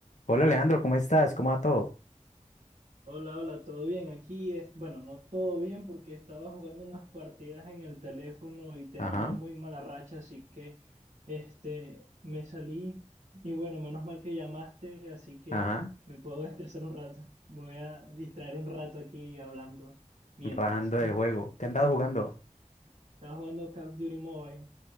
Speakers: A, on the left; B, on the right.
A: Hola Leandro, ¿cómo estás? ¿Cómo va todo?
B: Hola, hola, ¿todo bien? Aquí es, bueno, no todo bien porque estaba jugando unas partidas en el teléfono y tenía
A: Ajá,
B: una muy mala racha, así que este me salí y bueno, menos mal que llamaste, así que
A: ajá,
B: me puedo <laughs> estresar un rato. Me voy a distraer un rato aquí hablando mientras.
A: rajando el
B: <laughs>
A: juego. ¿Qué han dado jugando?
B: Estaba jugando Call of Duty Mobile.